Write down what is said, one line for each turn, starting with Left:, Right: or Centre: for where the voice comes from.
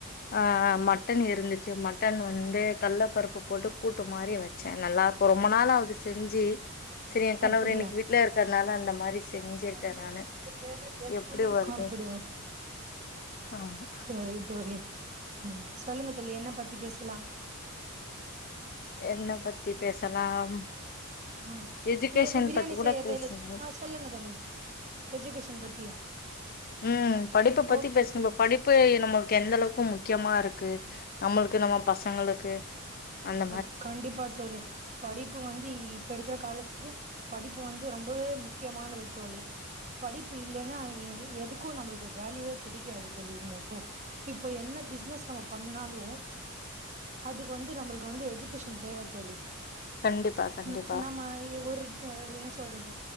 Left: ஆ ஆ மட் டன் இருந்துச்சு மட்டன் வந்து கல்ல பருப்பு போட்டு கூட்டு மாரி வெச்சே நல்லாருக்கோ ரொம்ப நாளாவ்து செஞ்சு செரி எ கணவரு
Right: அப்டியா
Left: இன்னிக் வீட்ல இருக்கற்னால அந்த மாரி செஞ்சிருக்கே
Right: ஐயோ
Left: நானு
Right: நீங்க வேற எப்பவுமே
Left: எப்பிடி வருதுன்
Right: அப்டியா
Left: ஆமா
Right: செரி தோழி ம் சொல்லுங்க தோழி என்ன பத்தி பேசலாம்
Left: என்ன பத்தி பேசலாம்
Right: ம்
Left: எஜுகேஷன்
Right: உங்குள்கு பிரியாணி
Left: பத்தி கூட
Right: செய்ய
Left: பேசுவோ
Right: தெலு ஆ சொல்லுங்க தோழி எஜுகேஷன் பத்தியா
Left: ம் படிப்ப பத்தி
Right: ஓகே
Left: பேசுங்கோ
Right: தோழி
Left: படிப் பு நம்முள்கு எந்தளவுக்கு முக்கியமா ருக்கு நம்முளுக்கு நம்ம பசங்களுக்கு அந்
Right: அப் கண்டிப்பா தோழி படிப்பு வந்து இப்ப இருக்கற காலத்துக்கு படிப்பு வந்து ரொம்பவே முக்கியமானது தோழி படிப்பு இல்லேனா ஏ எதுக்கு நம்புள்க்கு வேல்யூவே கிடிக்காது தோழி இங்க இப்போ இப்ப என்ன பிஸ்னஸ் நம்ம பண்ணாலு அதுக் வந்து நம்முள்க் கு வந்து எஜுகேஷன் தேவ தோழி
Left: கண்டிப்பா, கண்டிப்பா.
Right: ந நாம ஏ ஒரு அ என்ன சொல்றது